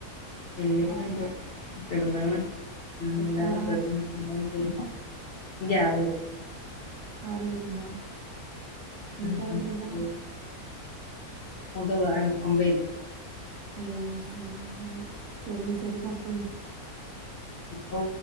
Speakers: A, on the left (about 50°); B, on the right (about 65°).
A: പിന്ന
B: ഏ
A: ഇണ്ട് കെടുന്ന
B: എത്ര
A: എല്ലാരും
B: ആളാ
A: കെടുന്നു എ ഗ്യാർ വ
B: ആറ് പേരുണ്ടോ
A: ഉ
B: മൂത്താള്
A: ഉ
B: എത്രയിലാ
A: മുതതാ ഒമ്പല്
B: ഒമ്പതാം ക്ലാസ്സിലല്ലേ ചെറിയ ചെറിയ മക്കളണ്ട്
A: ഓ